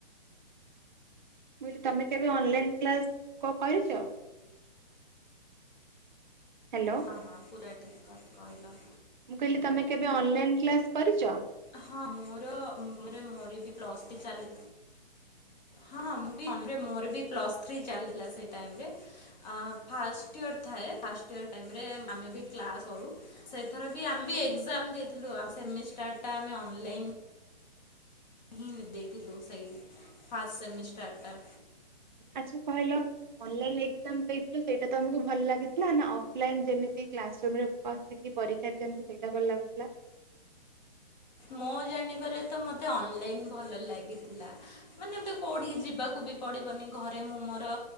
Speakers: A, on the right; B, on the left.
A: ମୁ କହିଲି ତମେ କେବେ ଅନଲାଇନ କ୍ଲାସ କରିଛ? ହ୍ୟାଲୋ
B: ହଁ ହଁ ପୁରା ଠିକ୍। କଟ କଲ
A: ମୁଁ କହିଲି ତମେ କେବେ ଅନଲାଇନ କ୍ଲାସ କରିଛ?
B: ହଁ ମୋର ମୋର ବି ପ୍ଲସ ଥ୍ରୀ ଚାଲି ହଁ ମୋର ବି ପ୍ଲସ ଥ୍ରି ଚାଲିଲା ସେଟାଇମରେ
A: ଆଚ୍ଛା
B: ଆମେ ବି
A: ଆଚ୍ଛା।
B: କ୍ଲାସ କରୁ। ସେଇଥର ବି ଆମେ ବି ଏକ୍ଜାମ ଦେଇଥିଲୁ ଆମ ସେମିଷ୍ଟାର୍ ଟା ଆମେ ଅନଲାଇନ୍ <unintelligible> ଦେଇଥିଲୁ ସେଇ ଫାଷ୍ଟ୍ ସେମିଷ୍ଟର୍ ଟା
A: ଆଚ୍ଛା କହିଲ ଅନଲାଇନ୍ ଏକ୍ଜାମ୍ ଦେଇଥିଲ ସେଟା ତମକୁ ଭଲ ଲାଗଥିଲା ନାଁ ଅଫ୍ ଲାଇନ୍ ସେମିତି କ୍ଲାସରୁମରେ ବସିକି ପରୀକ୍ଷା ଦିଅନ୍ତି ସେଇଟା ଭଲ ଲାଗୁଥିଲା?
B: ମୋ ଜାଣିବାରେ ତ ମତେ ଅନଲାଇନ୍ ଭଲ ଲାଗିଥିଲା ମାନେ କୋଉଠିକି ଯିବାକୁ ବି ପଡ଼ିବନି ଘରେ ମୁଁ ମୋର